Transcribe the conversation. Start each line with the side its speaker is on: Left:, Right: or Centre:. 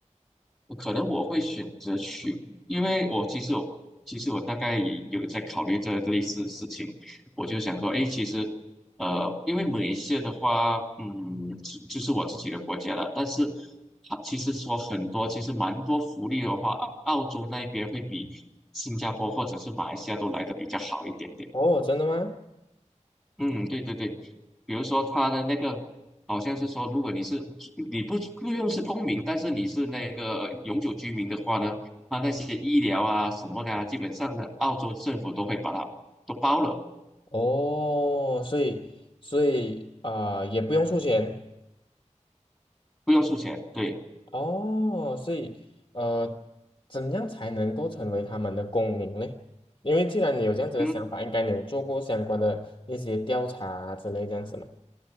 Centre: 我可能我会选择去，因为我其实我其实我大概也有在考虑这类似的事情，我就想说，哎，其实，呃，因为马来西亚的话，嗯，就就是我自己的国家了，但是它其实说很多，其实蛮多福利的话，澳澳洲那边会比新加坡或者是马来西亚都来的比较好一点点。
Left: 哦，真的吗？
Centre: 嗯，对对对，比如说他的那个，好像是说，如果你是你不不用是公民，但是你是那个永久居民的话呢，他那些医疗啊什么的啊，基本上呢，澳洲政府都会把它都包了，
Left: 哦，所以所以呃也不用出钱。
Centre: 不用出钱。对，
Left: 哦，所以呃，怎样才能够成为他们的公民嘞？因为既然你有这样子的想法，
Centre: 嗯。
Left: 应该你有做过相关的一些调查啊之类这样子嘛？